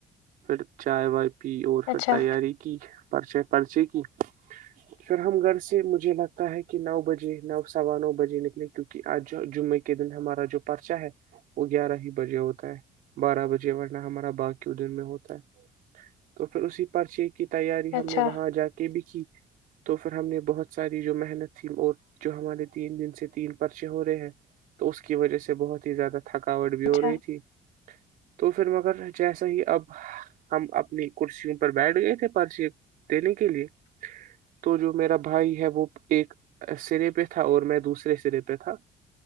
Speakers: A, on the right (about 70°); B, on the left (about 85°).
A: پھر چائے وائے پ اور پھر
B: اچھا
A: تیاری کی پرچے پرچے کی پھر ہم گھر سے مجھے لگتا ہے کہ نو بجے نو سوا نو بجے نکلی کیونکہ آج جمعے کے دن ہمارا جو پرچہ ہے وہ گیارہ ہی بجے ہوتا ہے بارہ بجے ورنہ ہمارا باغی دن میں ہوتا ہے تو پھر اسی پرچی کی تیاری ہم
B: اچھا
A: نے وہاں جا کے بھی کی تو پھر ہم نے بہت ساری جو محنت تھی اور جو ہمارے تین دن سے تین پرچے ہو رہے ہیں تو اس کی وجہ سے بہت زیادہ تھکاوٹ بھی ہو
B: اچھا
A: رہی تھی تو پھر مگر جیسا ہی اب ہم اپنی کرسیوں پر بیٹھ گئے تھے پرچ دینے کے لیے تو جو میرا بھائی ہے وہ ایک سرے پہ تھا اور میں دوسرے سرے پہ تھا